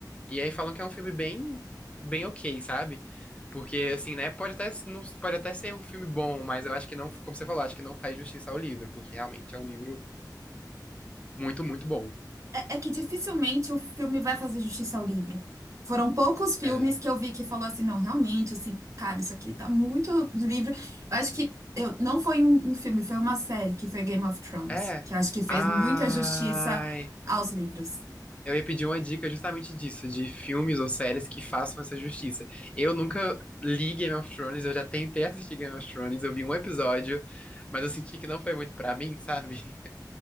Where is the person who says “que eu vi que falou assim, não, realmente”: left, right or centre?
Right